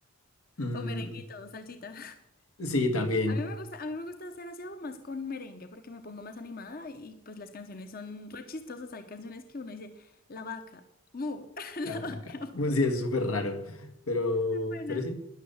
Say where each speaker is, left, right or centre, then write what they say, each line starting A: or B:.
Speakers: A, on the left; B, on the left.
A: Mm,
B: O merenguito, o salsita.
A: Sí, también.
B: A mí me gusta, a mí me gusta hacer aseo más con merengue porque me pongo más animada y pues las canciones son re chistosas. Hay canciones que uno dice, la vaca, mu, <laughs> la
A: La vaca.
B: vaca,
A: Bueno,
B: mu.
A: Sí, es súper raro. Pero,
B: Es muy buena.
A: pero sí.